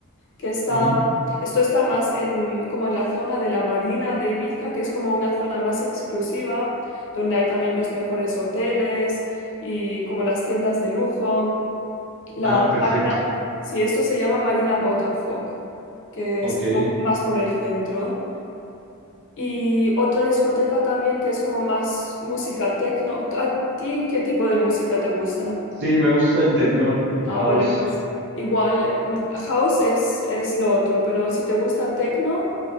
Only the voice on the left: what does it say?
que está,
esto está más en, como en la zona de la Marina de Ibiza, que es como una zona más exclusiva, donde hay también los mejores hoteles y como las tiendas de lujo. La
Marina, sí, esto se llama Marina Botafoc, que
está como más por el centro. Y otra discoteca también que es como más música techno. ¿A ti qué tipo de música te gusta?
Ah,
vale, pues igual, mm, house es, es lo otro, pero si te gusta techno...